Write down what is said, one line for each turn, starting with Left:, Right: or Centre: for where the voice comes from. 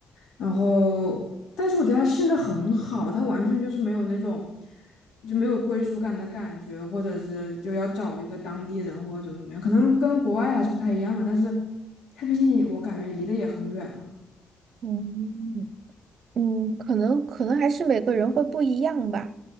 Left: 然后但是我觉得他现在很好，他完全就是没有那种就没有归属感的感觉，或者是就要找一个当地人或者怎么怎么样，可能跟国外还是不太一样吧。但是他毕竟我感觉离得也很远了。
Right: 嗯嗯，可能可能还是每个人会不一样吧。